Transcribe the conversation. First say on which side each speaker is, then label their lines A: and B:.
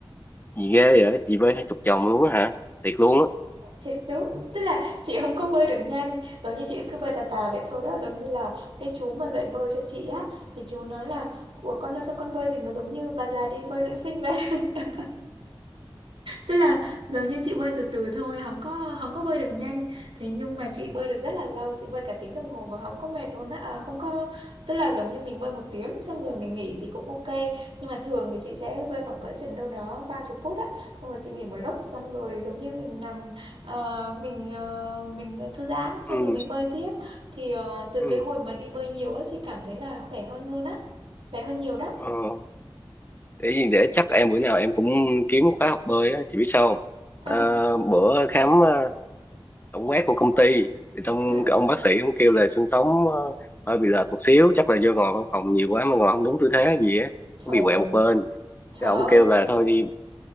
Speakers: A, on the left (about 20°); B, on the right (about 85°).
A: Gì ghê vậy? Chị bơi hai chục chồng luôn á hả? Thiệt luôn á.
B: thiệt đúng tức là chị không có bơi được nhanh giống như chị cứ bơi tà tà vậy thôi đó giống như là cái chú mà dạy bơi cho chị á thì chú nói là ủa con ơi sao con bơi gì mà giống như bà già đi bơi dưỡng sinh vậy <laughs> tức là giống như chị bơi từ từ thôi không có không có bơi được nhanh thế nhưng mà chị bơi được rất là lâu chị bơi cả tiếng đồng hồ mà không có mệt luôn á à, không có tức là giống như mình bơi một tiếng xong rồi mình nghỉ thì cũng ok nhưng mà thường thì chị sẽ bơi khoảng cỡ chừng đâu đó ba chục phút á xong rồi chị nghỉ một lúc xong rồi giống như mình nằm ờ, mình ờ, mình thư giãn xong
A: Ừ.
B: rồi mình bơi tiếp thì ờ, từ
A: Ừ.
B: cái hồi mà đi bơi nhiều á chị cảm thấy là khỏe hơn luôn á khỏe hơn nhiều đó
A: Ờ. Để gì để chắc em bữa nào em cũng kiếm khóa học bơi á, chị biết sao không?
B: à,
A: Ờ, bữa khám ờ, tổng quát của công ty thì trong
B: à,
A: cái ông bác sĩ ông kêu là xương sống ờ, hơi bị lệch một xíu chắc là do ngồi văn phòng nhiều quá mà ngồi không đúng tư thế gì á
B: trời
A: nó bị quẹo một bên
B: Trời
A: cái ông
B: ơi
A: kêu là
B: trời
A: thôi đi